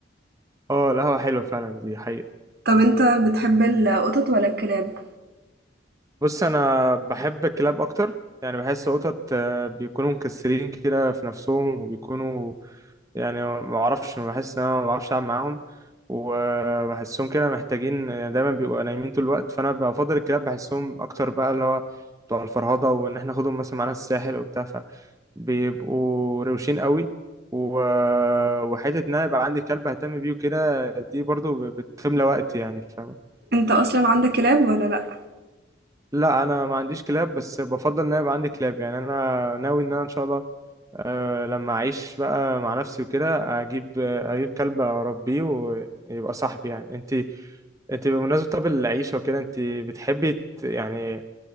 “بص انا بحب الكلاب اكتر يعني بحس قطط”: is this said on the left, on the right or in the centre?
Right